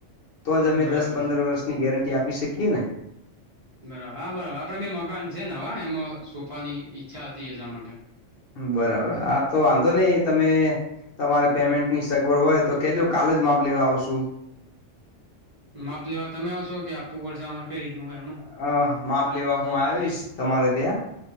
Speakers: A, on the left; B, on the right.
A: તો જ અમે
B: બરાબર
A: દસ પંદર વર્ષની ગેરંટી આપી શકીએ ને
B: બરાબર હા બરાબર આપડે બે મકાન છે ને નવા એમાં સોફાની ઈચ્છા હતી એટલા માટે
A: બરાબર હા તો વાંધો નહી તમે તમારે પેમેન્ટની સગવડ હોય તો કેજો કાલે જ માપ લેવા આવશુ
B: માપ લેવા તમે આવશો કે આપવું પડશે અમારે કઈ રીતનું હોય એમાં
A: હ માપ લેવા હું આવીશ તમારે ત્યાં